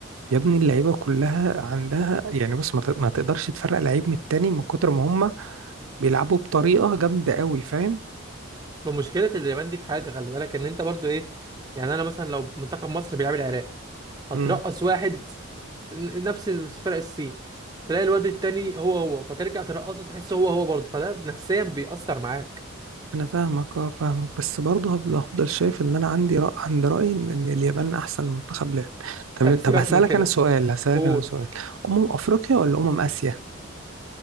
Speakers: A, on the right (about 75°); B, on the right (about 20°).
A: يا ابني اللعيبه كلها عندها يعني بص ما ت- ما تقدرش تفرق لعيب من التاني من كتر ما هم بيلعبوا بطريقه جامده قوي فاهم
B: بمشكله اليابان دي في حاجه خلي بالك ان انت برضو ايه يعني انا مثلا لو منتخب مصر بيلعب العراق هترقص
A: امم
B: واحد ن- نفس فرق الصين تلاقي الواد التاني هو هو فترجع ترقصه تحس هو هو برضه فده نفسيا بيأثر معاك
A: انا فاهمك اه فاهمك بس برضه هفضل هفضل شايف ان انا عندي رأ... عند رايي ان إن اليابان احسن منتخب لعب طب
B: طب سيبك
A: طب هسالك
B: من كده
A: انا سؤال هسالك
B: قول
A: انا سؤال امم افريقيا ولا امم اسيا